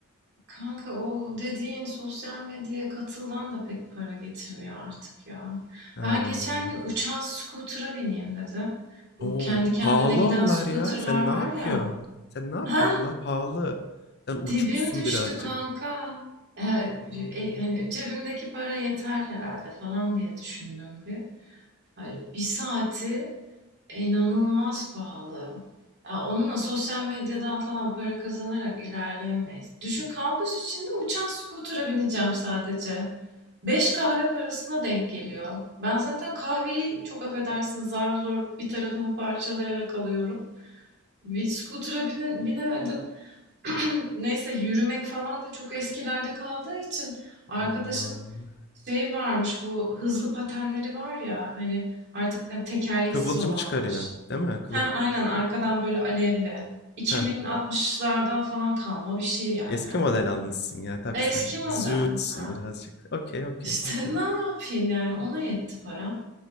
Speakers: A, on the right (about 55°); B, on the left (about 50°).
A: kanka o dediğin sosyal medyaya katıldan da pek para getirmiyor artık ya.
B: Ha
A: Ben
B: vallahi.
A: geçen gün uçan scooter'a bineyim dedim. Bu
B: Oo,
A: kendi kendine
B: Pahalı
A: giden
B: onlar
A: scooter'lar
B: ya. Sen ne
A: var
B: yapıyorsun?
A: ya.
B: Sen ne yapıyorsun?
A: Ha?
B: Onlar pahalı. Sen uçmuşsun
A: Dibim düştü
B: birazcık.
A: kanka. E,
B: A!
A: e, hani cebimdeki para yeter herhalde falan diye düşündüm bir. Hani bir saati E, İnanılmaz pahalı. Ya onunla sosyal medyadan falan para kazanarak ilerleyemeyiz. Düşün kampüs içinde uçan skutura bineceğim sadece. Beş kahve parasına denk geliyor. Ben zaten kahveyi çok affedersiniz zar zor bir tarafımı parçalayarak alıyorum. Bir skutura bine- binemedim. <clears throat> Neyse yürümek falan da çok eskilerde kaldığı için arkadaşın
B: Allah'ım.
A: şey varmış bu hızlı patenleri var ya hani artık hani tekerleksiz
B: Kıvılcım
A: olanlar.
B: çıkarıyor, değil mi? Kılıv
A: Heh, aynen arkadan böyle alevli. 2060'lardan
B: Heh,
A: falan kalma bir şey yani.
B: eski model almışsın ya. Tabii
A: Eski
B: sen
A: model.
B: züğürtsün
A: Ha.
B: birazcık. Okay, okay,
A: İşte <laughs>
B: okay.
A: ne yapayım yani ona yetti para.